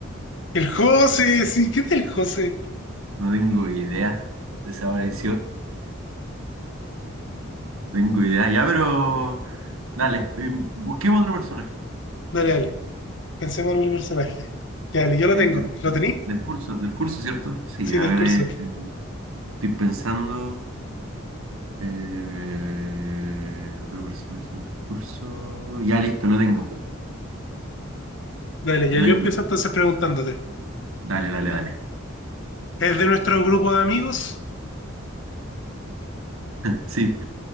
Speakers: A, on the left; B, on the right.
A: El José, sí, ¿qué tal el José?
B: No tengo idea. Desapareció. No tengo idea. Ya, pero. Dale, eh, busquemos otro personaje.
A: Dale, dale. Pensemos en otro personaje. Dale, yo lo
B: Eh,
A: tengo. ¿Lo tení?
B: del curso, del curso, ¿cierto? Sí,
A: Sí,
B: a
A: del
B: ver,
A: curso.
B: eh, estoy pensando. Eh, otro personaje del curso. Ya listo, lo tengo.
A: Dale, ya
B: Lo
A: yo
B: tengo.
A: empiezo entonces preguntándote.
B: Dale, dale, dale.
A: ¿Es de nuestro grupo de amigos?
B: Sí.